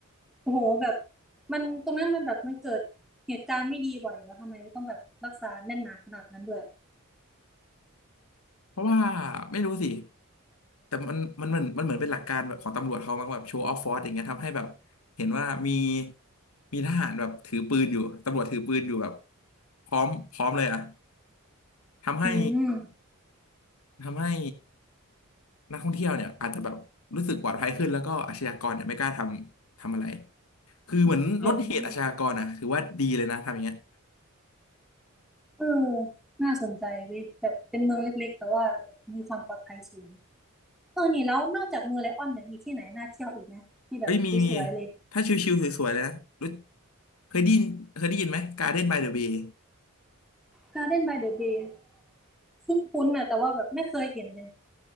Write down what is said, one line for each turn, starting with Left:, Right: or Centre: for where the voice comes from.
Centre: โอ้โหแบบมันตรงนั้นมันแบบมันเกิดเหตุการณ์ไม่ดีบ่อยแล้วทำไมต้องแบบรักษาแน่นหนาขนาดนั้นด้วย
Left: เพราะว่าไม่รู้สิ แต่มันมันเหมือนมันเหมือนเป็นหลักการแบบของตำรวจเขามั้งแบบโชว์ออฟฟอร์สอย่างเงี้ยทำให้แบบเห็นว่ามีมีทหารแบบถือปืนอยู่ตำรวจถือปืนอยู่แบบพร้อมพร้อมเลยอะทำให้
Centre: อืม
Left: ทำให้นักท่องเที่ยวเนี่ยอาจจะแบบรู้สึกปลอดภัยขึ้นแล้วก็อาชญากรเนี่ยไม่กล้าทำทำอะไรคือเหมือนลดเหตุอาชญากรอะถือว่าดีเลยนะทำอย่างเงี้ย
Centre: อมอย่างนี้เออน่าสนใจเว้ยแบบเป็นเมืองเล็กๆแต่ว่ามีความปลอดภัยสูงเออนี่แล้วนอกจากเมืองไลออนเนี่ยมีที่ไหนน่าเที่ยวอีกไหมที่แบบสวยๆเลย
Left: เอ้ยมีมีถ้าชิวๆสวยๆเลยนะรู้เคยได้ยินเคยได้ยินไหม Garden by the Bay
Centre: Garden by the Bay คุ้นๆนะแต่ว่าแบบไม่เคยเห็นเลย